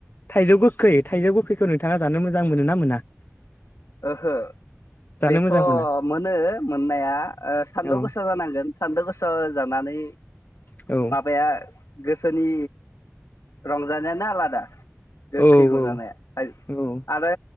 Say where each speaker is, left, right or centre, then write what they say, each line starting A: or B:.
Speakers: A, on the left; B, on the left.
A: थाइजौ गोखै थाइजौ गोखैखौ नोंथाङा जानो मोजां मोनो ना मोना?
B: ओहो
A: जानो
B: बेथ'
A: मोजां मोना
B: मोनो मोननाया सान्दुं
A: औ
B: ओ गोसा जानांगोन सान्दुं गोसा जानानै
A: औ।
B: माबाया गोसोनि रंजानायानो आलादा गोखैखौ
A: औ औ
B: जानाया
A: औ
B: आरो